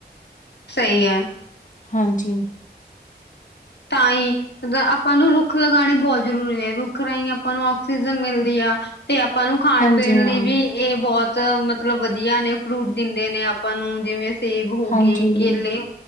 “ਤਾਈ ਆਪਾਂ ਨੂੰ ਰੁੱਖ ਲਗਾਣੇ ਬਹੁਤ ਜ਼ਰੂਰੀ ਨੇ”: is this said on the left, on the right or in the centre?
Left